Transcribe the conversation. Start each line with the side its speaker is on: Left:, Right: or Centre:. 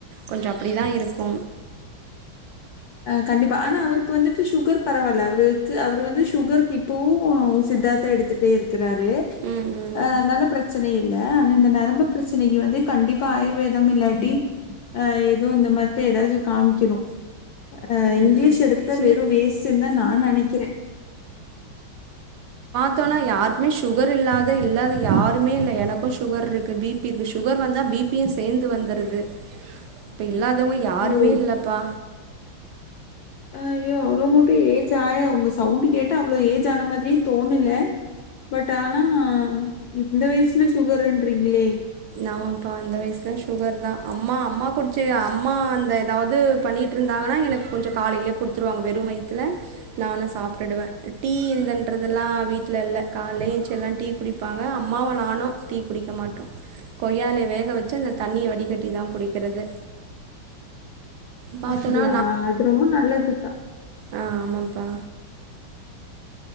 Right: கொஞ்ச அப்பிடிதா இருக்கு
Left: அ கண்டிப்பா ஆனா அவருக்கு வந்துட்டு சுகர் பரவால அவருக்கு அவர் வந்து சுகருக்கு இப்பவு சித்தாதா எடுத்துட்டே இரு க்றாரு
Right: ம் ம்
Left: அதனால ப்ரச்சனை இல்ல ஆனா இந்த நரம்பு பிரச்சனைக்கு வந்து கண்டிப்பா ஆயுர்வேதம் இல்லாட்டி அ ஏதோ இந்த மாத்தா எதாச்சு காமிக்கணு அ இங்கிலீஷ்
Right: ம்
Left: எடுத்த வெறு
Right: இங்க
Left: வேஸ்ட்டுன்தா நா நெனைக்கிறே
Right: த்தோனா யாருக்குமே சுகர் இல்லாத இல்லாது யாருமே இல்ல எனக்கு சுகர் இருக்கு பி பி இருக்கு சுகர் வந்தா பி பி யு சேந்து வந்துருது இல்லாதவங்க யாருமே
Left: ஐயோ!
Right: இல்லப்பா
Left: அ ஐயோ அவ்ள மட்டு ஏஜ் ஆய உங்க சவுண்டு கேட்டா அவ்ள ஏஜ் ஆன மாதிரியே தோணுல பட் ஆனா இப் இந்த வயசுல சுகருன்றிங்ளே
Right: ஆமாப்பா அந்த வயசுலாம் சுகர் தான் அம்மா அம்மா குடிச்ச அம்மா அந்த ஏதாவது பண்ணிகிட்டு இருந்தாங்கன்னா எனக்கு கொஞ்சம் காலையிலே கொடுத்துருவாங்க வெறும் வயத்துல நானும் சாப்பிட்டுடுவேன் டீ இந்தன்றதெல்லாம் வீட்டில இல்ல காலைல எந்ச்சி எல்லாம் டீ குடிப்பாங்க அம்மாவு நானும் டீ குடிக்க மாட்டோம் கொய்யாலைய வேக வச்சு அந்த தண்ணிய வடிகட்டி தான் குடிக்கிறது பாத்தோன்னா
Left: அப்படியா அது ரொம்ப நல்லது தான்
Right: ஆஹ் ஆமாப்பா